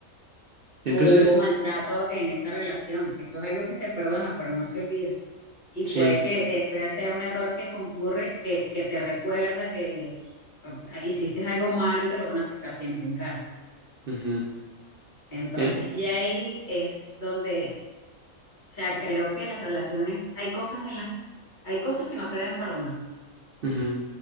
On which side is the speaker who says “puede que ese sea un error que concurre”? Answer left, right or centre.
Left